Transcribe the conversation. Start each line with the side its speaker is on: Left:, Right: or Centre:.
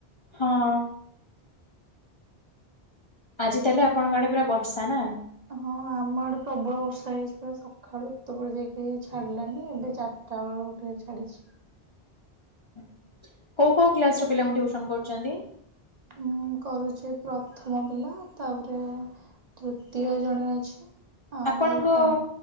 Left: ହଁ। ଆଜି ତାହଲେ ଆପଣଙ୍କ ଆଡେ ପୁରା ବର୍ଷା ନା।
Right: ହଁ ଆମ ଆଡେ ପ୍ରବଳ ବର୍ଷା ହେଇଚି ପୁରା ସକାଳୁ ଏତେ ବୋଳ ଯାକେ ଛାଡିଲାନି ଏବେ ଚା ରିଟାବେଳ କୁ ଟିକେ ଟିଟେ ଛାଡିଚି।
Left: <unintelligible> କୋ କୋ କ୍ଲାସର ପିଲାଙ୍କୁ ଟିଉସନ କରୁଚନ୍ତି?
Right: ଉଁ କରୁଛି ପ୍ରଥମ ପିଲା ତାପରେ ତୃତୀୟ ଜଣେ ଅଛି। ଆଉ
Left: ଆପଣଙ୍କ
Right: ପଞ୍ଚ